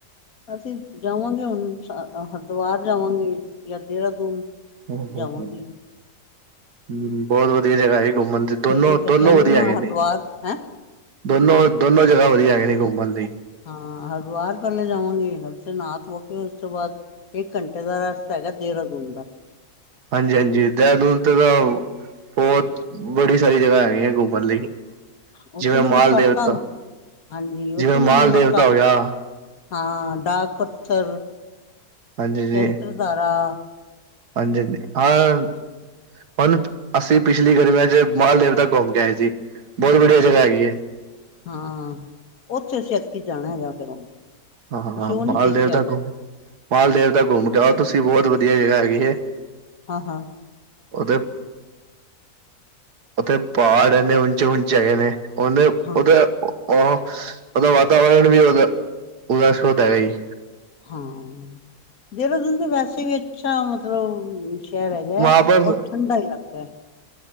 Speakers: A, on the left; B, on the right.
A: ਅਸੀਂ ਜਾਵਾਂਗੇ ਹੁਣ ਸਾ ਹਰਿਦੁਆਰ ਜਾਵਾਂਗੇ ਜਾਂ ਦੇਹਰਾਦੂਨ
B: ਹਮ-ਹਮ-ਹਮ,
A: ਜਾਵਾਂਗੀ
B: ਹੂੰ ਬਹੁਤ ਵਧੀਆ ਜਗ੍ਹਾ ਹੈਗੀ ਘੁੰਮਣ ਦੀ ਦੋਨੋ-ਦੋਨੋ
A: ਛੋਟੇ ਬੱਚਿਆਂ ਨੂੰ
B: ਵਧੀਆ
A: ਨਾ
B: ਹੈਗੇ
A: ਹਰਿਦੁਆਰ
B: ਨੇ
A: ਹੈਂ
B: ਦੋਨੋ-ਦੋਨੋ ਜਗ੍ਹਾ ਵਧੀਆ ਹੈਏ ਨੇ ਘੁੰਮਣ ਲਈ।
A: ਹਾਂ ਹਰਦਵਾਰ ਪਹਲੇ ਜਾਵਾਂਗੇ ਓਥੇ ਨਹਾ ਧੋ ਕੇ ਉਸ ਤੋਂ ਬਾਅਦ ਇੱਕ ਘੰਟੇ ਦਾ ਰਾਸਤਾ ਹੈਗਾ, ਦੇਹਰਾਦੂਨ ਦਾ।
B: ਹਾਂਜੀ ਹਾਂਜੀ ਦੇਹਰਾਦੂਨ ਤੇ ਤਾਂ ਬਹੁਤ ਬੜੀ ਸਾਰੀ ਜਗ੍ਹਾ ਹੈਗੀਆਂ ਘੁੰਮਣ ਲਈ
A: ਉੱਥੇ
B: ਜਿਵੇਂ
A: ਤਾਂ
B: ਮਾਲ
A: ਬਰਸਾਤਾਂ
B: ਦੇਵਤਾ
A: ਹਾਂਜੀ ਉੱਥੇ
B: ਜਿਵੇਂ ਮਾਲ
A: ਤਾਂ ਬਰਸਾਤ
B: ਦੇਵਤਾ ਹੋ ਗਿਆ
A: ਹਾਂ, ਡਾਕ-ਪੱਥਰ,
B: ਹਾਂਜੀ
A: ਸਹਸਤ੍ਰਧਾਰਾ।
B: ਜੀ ਹਾਂਜੀ-ਹਾਂਜੀ, ਆਹ ਹੁਣ ਅਸੀਂ ਪਿਛਲੀ ਗਰਮੀਆਂ ਚ ਮਾਲਦੇਵਤਾ ਘੁੰਮ ਕੇ ਆਏ ਸੀ। ਬਹੁਤ ਵਧੀਆ
A: ਅੱਛਾ-ਅੱਛਾ
B: ਜਗ੍ਹਾ ਹੈਗੀ ਹੈ
A: ਹਾਂ ਉੱਥੇ ਅਸੀਂ ਐਕੀ ਜਾਣਾ ਹੈਗਾ ਫਿਰ ਹੁਣ।
B: ਹਾਾਾਾਾਾਾਾਾਾਾਂ
A: ਅਸੀਂ ਉਹ ਨਹੀਂ
B: ਮਾਲਦੇਵਤਾ
A: ਦੇਖਿਆ ਹੈਗਾ
B: ਘੁੰਮ, ਮਾਲਦੇਵ ਤਾ ਘੁੰਮ ਕੇ ਆਓ ਤੁਸੀਂ ਬਹੁਤ ਵਧੀਆ ਜਗ੍ਹਾ ਹੈਗੀ ਇਹ।
A: ਹਾਂ।
B: ਉਹਦੇ <unintelligible> ਓਥੇ ਪਹਾੜ ਏਨੇ ਊਂਚੇ-ਊਂਚੇ ਹੈਗੇ ਨੇ, ਊਂਦੇ
A: ਹਾਂ
B: ਓਦੇ ਉਹ, ਉਹਦਾ ਵਾਤਾਵਰਨ ਵੀ ਉਦਾ ਉਦਾ ਸ਼ੁੱਧ ਹੈਗਾ ਜੀ।
A: ਹਾਂ, ਦੇਹਰਾਦੂਨ ਤੇ ਵੈਸੇ ਵੀ ਅੱਛਾ ਮਤਲਬ। ਸ਼ੇਹਰ ਹੇਗਾ
B: ਵਹਾਂ
A: ਏ
B: ਪਰ
A: ਓਰ ਠੰਡਾ ਇਲਾਕਾ ਐ।